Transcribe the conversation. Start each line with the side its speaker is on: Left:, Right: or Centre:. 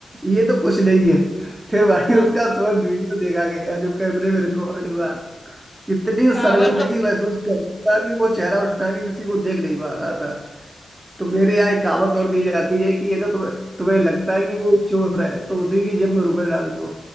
Right: ये तो कुछ नहीं है फिर भाई
Left: हाँ
Right: उसका सुबह वीडियो देखा गया जो कैमरे में रिकॉर्ड हुआ इतनी
Left: हाँ
Right: शर्मिंदगी
Left: वो सब
Right: महसूस कर रहा था कि वो चेहरा उठा के किसी को देख नहीं पा रहा था तो मेरे यहाँ एक कहावत और
Left: ऐसे
Right: कही जाती है कि अगर तुम्हें तुम्हें लगता है कि वो चोर है तो उसी की जेब में रुपए डाल दो